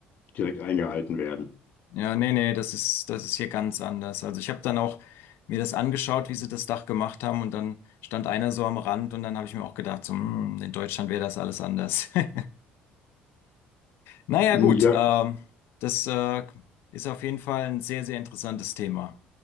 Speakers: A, on the left (about 45°); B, on the left (about 70°).
A: direkt eingehalten werden.
B: Ja, nee, nee, das ist, das ist hier ganz anders. Also ich habe dann auch mir das angeschaut, wie sie das Dach gemacht haben und dann stand einer so am Rand und dann habe ich mir auch gedacht, so, hm, in Deutschland wäre das alles anders. <laughs> Naja,
A: Hm,
B: gut,
A: Ja,
B: ähm, das, äh, ist auf jeden Fall ein sehr, sehr interessantes Thema.